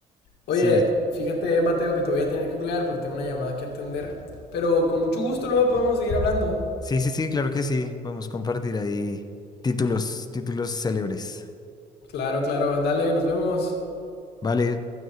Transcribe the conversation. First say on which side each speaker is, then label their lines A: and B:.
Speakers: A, on the left (about 75°); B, on the left (about 25°).
A: Oye,
B: Sí.
A: fíjate, Mateo, que te voy a tener que hablar porque tengo una llamada que atender. Pero con mucho gusto luego podemos seguir hablando.
B: Sí, sí, sí, claro que sí. Podemos compartir ahí títulos, títulos célebres.
A: Claro, claro. Dale, nos vemos.
B: Vale,